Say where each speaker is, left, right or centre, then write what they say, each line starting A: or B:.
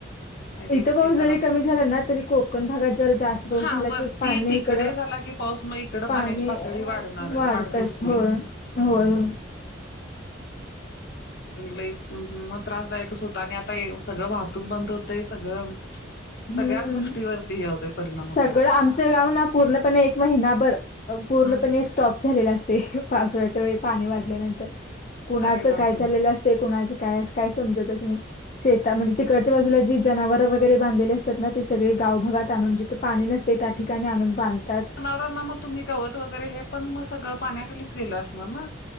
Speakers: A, on the left; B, on the left.
A: नाही तेच
B: इथं
A: की
B: पाऊस
A: जरास
B: जरी कमी झाला ना, तरी कोकण भागात जर जास्त पाऊस
A: हा
B: झाला
A: वरती
B: कि पाणी
A: तिकडे
B: इकडं-
A: झाला की पाऊस मग इकडं
B: पाणी
A: पाण्याची पातळी वाढणारच
B: वाढतच.
A: वाढतेच ती.
B: होय, होय, होय.
A: लयच मग त्रासदायकच होत आणि आता सगळं वाहतूक बंद होतय सगळं-
B: हम्म.
A: सगळ्याच गोष्टीवरती. हे होतय, परिणाम. होतोय
B: सगळं
A: आता
B: आमचं गाव ना, पूर्णपणे एक महिनाभर पूर्णपणे
A: हम्म
B: स्टॉप- झालेल असतय. पावसाळ्याच्या वेळी पाणी वाढल्यानंतर, कुणाचं
A: अरे बापरे
B: काय चाललेलं अस- तय, कुणाच काय काय समजतच नाही. शेता म्हणजे तिकडच्या बाजूला जी जनावर वगैरे बांधलेले अस- तात. ना ते सगळे गावभगात आणून जिथे पाणी नसते त्या ठिकाणी आणून बांधतात.
A: त ना मग तुम्ही गवत वगैरे, हे पण मग सगळ पाण्याखालीच गेलं असणार ना?